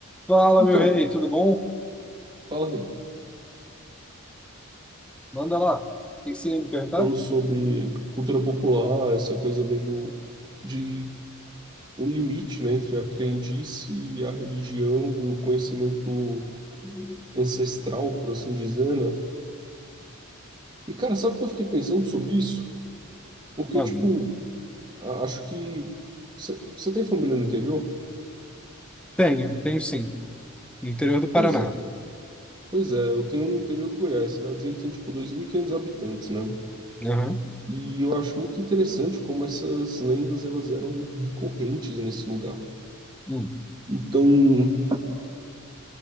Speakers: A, in the centre; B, on the right (about 20°).
A: Fala,
B: Então,
A: meu rei, tudo bom?
B: fala aí.
A: Manda lá. O que que você ia me perguntar?
B: Falando sobre cultura popular, essa coisa meio de um limite, né, entre a crendice e a religião e o conhecimento
A: Hum,
B: ancestral, por assim dizer, né? E, cara, sabe o que eu fiquei pensando sobre isso? Porque,
A: Manda.
B: tipo, a- acho que... Você tem família no interior?
A: Tenho, tenho sim. No interior do Paraná.
B: Pois é, pois é. Eu tenho no interior do Goiás, cidadezinha que tem, tipo, 2.500 habitantes, né?
A: Aham.
B: E eu acho muito interessante como essas lendas, elas eram muito recorrentes nesse lugar.
A: hum,
B: Então...